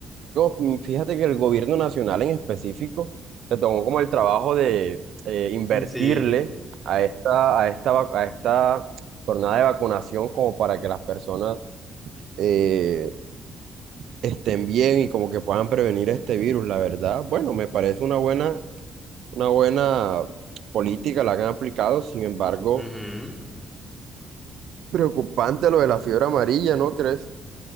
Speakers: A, on the right; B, in the centre.
A: mm, fíjate que el gobierno nacional en específico se tomó como el trabajo de eh, invertirle
B: mm, Sí.
A: a esta, a esta, vac- a esta jornada de vacunación como para que las personas eh, estén bien y como que puedan prevenir este virus, la verdad. Bueno, me parece una buena una buena política la que han aplicado, sin embargo,
B: ujú.
A: preocupante lo de la fiebre amarilla, ¿no crees?